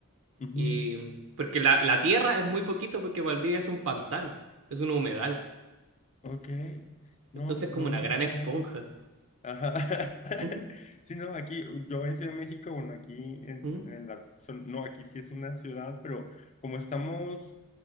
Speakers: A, on the left; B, on the right.
A: Ujú,
B: Y mm, porque la, la tierra es muy poquito porque Valdivia es un pantano, es un humedal.
A: Ok. No,
B: Entonces es como
A: no
B: una
A: me imaginaba.
B: gran esponja.
A: Ajá. <laughs>
B: Ujú,
A: Sí, no, aquí, yo en Ciudad de México, bueno, aquí en,
B: ujú,
A: en la, son- no, aquí sí es una ciudad, pero como estamos.